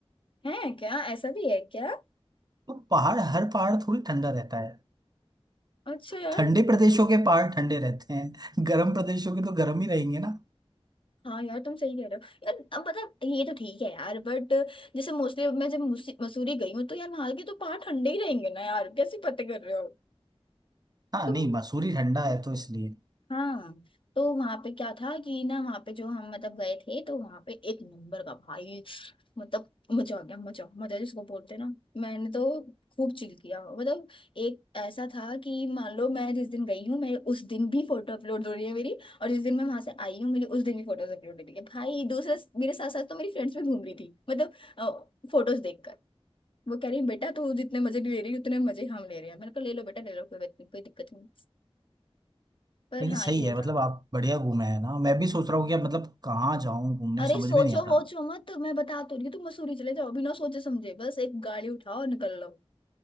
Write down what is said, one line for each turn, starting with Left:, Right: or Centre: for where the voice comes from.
Left: हैं क्या ऐसा भी है क्या
Right: तो पहाड़ हर पहाड़ थोड़ी ठंडा रहता है
Left: अच्छा यार
Right: ठंडे प्रदेशों के पहाड़ ठंडे रहते हैं <laughs> गर्म प्रदेशों के तो गर्म ही रहेंगे ना
Left: हाँ यार तुम सही कह रहे हो यार अब मतलब ये तो ठीक है यार बट जैसे मोस्टली मैं जब मुसी- मसूरी गई हूँ तो यार वहां के तो पहाड़ ठंडे ही रहेंगे ना यार कैसी बातें कर रहे हो
Right: हाँ
Left: तुम
Right: नहीं मसूरी ठंडा है तो इसलिए
Left: हाँ तो वहां पे क्या था कि ना वहां पे जो हम मतलब गए थे तो वहां पे एक नंबर का भाई मतलब मजा आ गया मजा मजा जिसको बोलते हैं ना मैंने तो खूब चिल किया मतलब एक ऐसा था कि मान लो मैं जिस दिन गई हूँ मेरे उस दिन भी फोटो अपलोड हो रही है मेरी और जिस दिन मैं वहां से आई हूँ मेरी उस दिन भी फोटोज अपलोड हो रही है भाई दूसरा मेरे साथ साथ तो मेरी फ्रेंड्स भी घूम रही थी मतलब फोटोज देखकर वो कह रही बेटा तू जितने मजे ले रही है, उतने मजे हम ले रहे हैं मेरे को ले लो बेटा ले लो कोई बात नहीं कोई दिक्कत नहीं पर
Right: लेकिन
Left: हाँ
Right: सही
Left: ये
Right: है मतलब
Left: था
Right: आप बढ़िया घूमे हैं ना मैं भी सोच रहा हूँ कि अब मतलब कहाँ जाऊँ घूमने
Left: अरे
Right: समझ
Left: सोचो
Right: में नहीं आ रहा
Left: वोचो मत मैं बता तो रही हूँ तुम मसूरी चले जाओ बिना सोचे समझे बस एक गाड़ी उठाओ और निकल लो